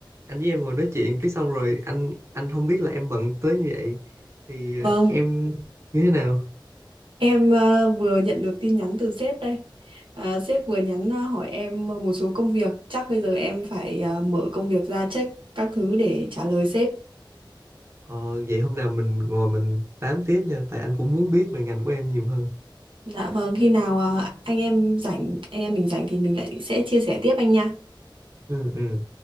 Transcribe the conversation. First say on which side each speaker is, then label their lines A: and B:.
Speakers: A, on the right; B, on the right.
A: anh với em ngồi nói chuyện cái xong rồi anh anh không biết là em bận tới như vậy thì
B: Vâng,
A: ờ, em như thế nào
B: Em ờ, vừa nhận được tin nhắn từ sếp đây. À, sếp vừa nhắn ờ, hỏi em một số công việc. Chắc bây giờ em phải ờ, mở công việc ra check các thứ để trả lời sếp.
A: ờ, vậy hôm nào mình ngồi mình tám tiếp nha tại anh cũng muốn biết về ngành của em nhiều hơn
B: Dạ vâng, khi nào ờ, anh em rảnh, anh em mình rảnh thì mình lại sẽ chia sẻ tiếp anh nha.
A: ừ ừ